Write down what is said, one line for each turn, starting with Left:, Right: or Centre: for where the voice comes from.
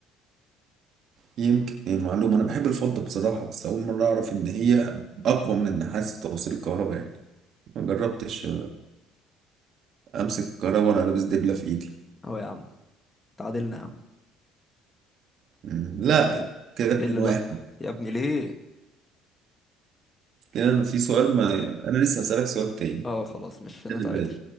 Right: يمكن إيه معلومة أنا بحب الفضة بصراحة بس أول مرة أعرف إن هي أقوى من النحاس في توصيل الكهرباء يعني ما جربتش أمسك الكهرباء وأنا لابس دبلة في إيدي
Left: اهو يا عم تعادلنا يا عم
Right: مم، لا
Left: كان
Right: كده اتنين
Left: ايه اللي
Right: واحد
Left: لا يا ابني ليه
Right: كده أنا في سؤال ما أنا لسه هسألك سؤال تاني
Left: اه خلاص مش هنتعادل
Right: اللي بعد